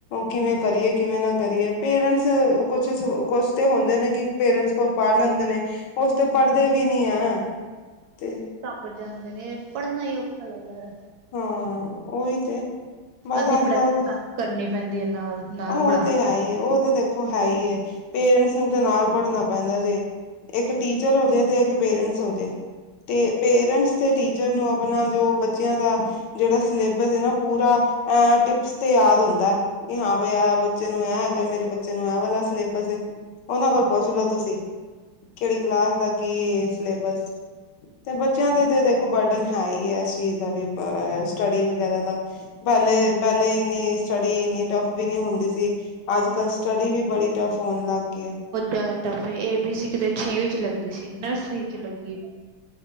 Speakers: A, on the left (about 70°); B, on the right (about 70°).
A: ਕਿਵੇਂ
B: ਹੂੰ,
A: ਕਰੀਏ, ਕਿਵੇਂ ਨਾ ਕਰੀਏ, ਪੇਰੈਂਟਸ ਕੁਛ ਖੁਸ਼ ਤੇ ਹੁੰਦੇ ਨੇ, ਕੀ ਪੇਰੈਂਟਸ ਕੋ ਪੜ੍ਹ ਲੈਂਦੇ ਨੇ ਕੁਛ ਤੇ ਪੜ੍ਹਦੇ ਵੀ ਨੀ ਐ।, ਤੇ
B: ਪਰ ਜਾਂਦੇ ਨੇ ਪੜ੍ਹਨਾ ਈ ਔਖਾ ਲੱਗਦਾ ਐ,
A: ਹਾਂ ਓਈ ਤੇ, ਬਸ
B: ਅੱਧੀ
A: ਅੱਜ
B: ਪੜ੍ਹਾਈ
A: -ਕੱਲ
B: ਸਾਨੂੰ
A: ਕੁਛ
B: ਕਰਨੀ ਪੈਂਦੀ ਹੈ ਨਾਲ ਨਾਲ
A: ਓ
B: ਪੜ੍ਹਾ
A: ਤੇ
B: ਹਾਂ
A: ਹੈ ਈ, ਏ। ਓ ਤੇ -ਤੇ, ਓ ਹੈ ਈ ਏ, ਪੇਰੈਂਟਸ ਨੂੰ ਤੇ ਨਾਲ ਪੜ੍ਹਨਾ, ਪੈਂਦਾ ਜੇ, ਇੱਕ ਟੀਚਰ ਹੋਜੇ ਤੇ, ਇੱਕ ਪੇਰੈਂਟਸ ਹੋਜੇ, ਤੇ ਪੇਰੈਂਟਸ ਤੇ ਟੀਚਰ, ਜਦ ਨੂੰ ਆਪਣਾ ਜੋ ਬੱਚੇ- ਇਹਨਾ ਦਾ ਜੇੜਾ ਸਲੇਬਸ‌ ਏ ਨਾ, ਪੂਰਾ ਐ, ਟਿਪਸ ਤੇ ਯਾਦ ਹੁੰਦਾ। ਕਿ ਹਾਂ ਬਈ ਆ, ਬੱਚੇ ਨੂੰ ਐ ਹੈਗਾ, ਮੇਰੇ ਬੱਚੇ ਨੂੰ ਐ ਵਲਾ ਸਲੇਬਸ ਏ। ਓਨਾਂ ਕੋਲ ਪੁੱਛ ਲੋੋ, ਤੁਸੀਂ ਕੇੜੀ ਕਲਾਸ ਦਾ ਕੀ ਏ, ਸਲੇਬਸ, ਤੇ ਬੱਚਿਆਂ ਦੇ ਤੇ ਦੇਖੋ ਬਰਡਨ ਹੈ ਈ ਐ, ਏਸ ਚੀਜ਼ ਦਾ ਵੀ ਅ ਸਟੱਡੀ ਵਗੈਰਾ ਦਾ, ਪੈਲੇ
B: ਨਾ
A: -ਪੈਲੇ ਇੰਨੀ ਸਟੱਡੀ ਏਨੀ ਟਫ ਵੀ ਨੀ ਹੁੰਦੀ ਸੀ। ਅੱਜ ਕੱਲ ਸਟੱਡੀ ਵੀ ਬੜੀ ਟਫ ਹੋਣ ਲੱਗ ਗਈ ਏ,
B: ਦਾ tough A, A B C ਕਿਤੇ ਛੇਵੀ' ਚ ਲੱਗਦੀ ਸੀ, ਨਰਸਰੀ' ਚ ਲੱਗੀ,